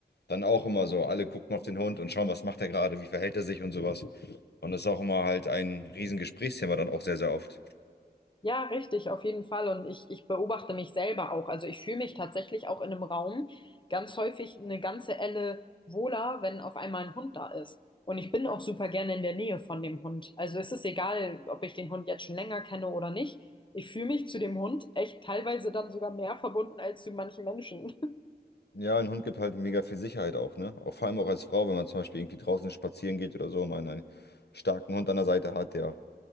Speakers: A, on the left; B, on the left.
A: Dann auch immer so. Alle gucken auf den Hund und schauen, was macht er gerade, wie verhält er sich und sowas. Und das ist auch immer halt ein riesen Gesprächsthema dann auch sehr, sehr oft.
B: Ja, richtig, auf jeden Fall. Und ich, ich beobachte mich selber auch. Also ich fühle mich tatsächlich auch in einem Raum ganz häufig eine ganze Elle wohler, wenn auf einmal ein Hund da ist. Und ich bin auch super gerne in der Nähe von dem Hund. Also es ist egal, ob ich den Hund jetzt schon länger kenne oder nicht. Ich fühle mich zu dem Hund echt teilweise dann sogar mehr verbunden als zu manchen Menschen. <laughs>
A: Ja, ein Hund gibt halt mega viel Sicherheit auch, ne? Auch vor allem auch als Frau, wenn man zum Beispiel irgendwie draußen spazieren geht oder so, und man einen starken Hund an der Seite hat, der,